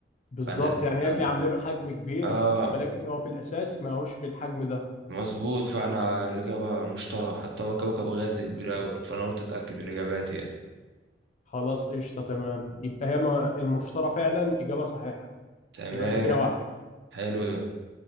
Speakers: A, on the left; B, on the right.
A: بالظبط
B: فانا
A: يعني
B: هن...
A: قال لي عامله له حجم كبير
B: اه
A: ولكن هو في الاساس ما هوش بالحجم ده
B: مظبوط فاحنا الإجابة مشترى حتى هو كوكب غازي كبير أوي فأنا قلت أتأكد من إجاباتي يعني
A: خلاص قشطه تمام يبقى هي ما- المشترى فعلا اجابه صحيحه
B: تمام
A: يبقى انت كده واحد
B: حلو ده